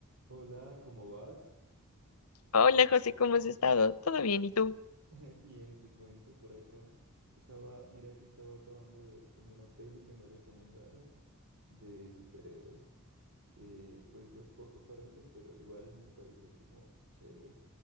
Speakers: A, on the right; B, on the left.
A: Hola, ¿cómo vas? <laughs>
B: Hola José, ¿cómo has estado? ¿Todo bien? ¿Y tú?
A: Eh, Bien, te cuento por acá. Estaba, mira que estaba acabando de ver como una peli que me recomendaron de superhéroes. Eh, pues yo poco para eso, pero igual me pareció como chévere.